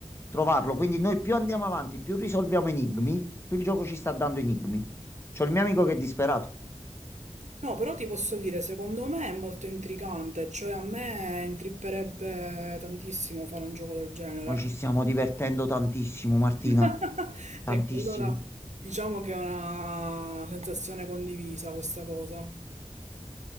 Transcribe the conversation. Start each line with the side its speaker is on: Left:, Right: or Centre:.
Left: trovarlo. Quindi noi più andiamo avanti, più risolviamo enigmi, più il gioco ci sta dando enigmi. C'ho il mio amico che è disperato.
Right: No, però ti posso dire, secondo me è molto intrigante, cioè a me intripperebbe tantissimo fare un gioco del genere.
Left: Noi ci stiamo divertendo tantissimo, Martina,
Right: <laughs>
Left: tantissimo.
Right: E che allora diciamo che è una sensazione condivisa questa cosa.